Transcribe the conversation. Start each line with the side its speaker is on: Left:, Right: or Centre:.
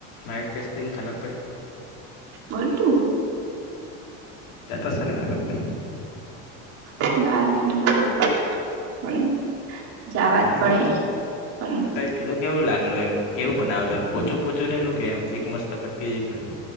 Left: Mike testing ખલાપભાઈ
Right: બોલ ટું
Left: <unintelligible>
Right: <unintelligible> બોલની જાવા
Left: મને
Right: જ પડે બોલની
Left: તો પેલું કેવું લાગલુ એમ કેવું બનાવેલુ એમ પોચું પોચું રહેેલું કે એમીક મસ્ત કટકી જેવી પલી